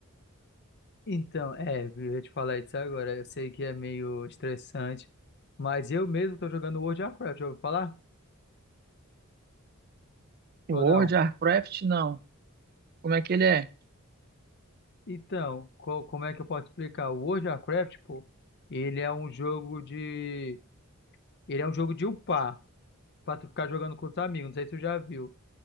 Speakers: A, on the left (about 50°); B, on the right (about 45°).
A: Então, é, eu ia te falar isso agora. Eu sei que é meio estressante, mas eu mesmo tô jogando World of Warcraft, já ouviu falar?
B: World,
A: Ou não?
B: Warcraft, não. Como é que ele é?
A: Então, co- como é que eu posso explicar? O World of Warcraft, pô, ele é um jogo de. Ele é um jogo de upar, pra tu ficar jogando com os amigos. Não sei se tu já viu.